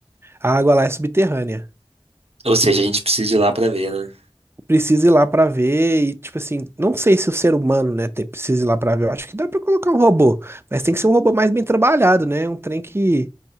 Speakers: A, on the right (about 25°); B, on the right (about 85°).
A: A água lá é subterrânea.
B: Ou seja, a gente precisa ir lá pra ver, né?
A: Precisa ir lá pra ver e, tipo assim, não sei se o ser humano, né, te- precisa ir lá pra ver. Eu acho que dá pra colocar um robô, mas tem que ser um robô mais bem trabalhado, né? Um trem que